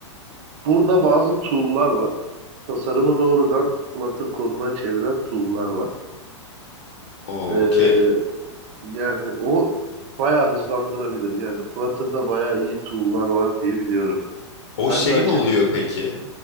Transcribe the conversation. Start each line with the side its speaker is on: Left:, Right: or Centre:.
Right: burada bazı tool'lar var. Tasarımı doğrudan Flutter koduna çeviren tool'lar var.
Left: O
Right: Ee,
Left: okey.
Right: yani o bayağı hızlandırabilir. Yani Flutter'da bayağı iyi tool'lar var diye biliyorum.
Left: O
Right: Ben
Left: şey
Right: de açıkçası
Left: mi oluyor peki?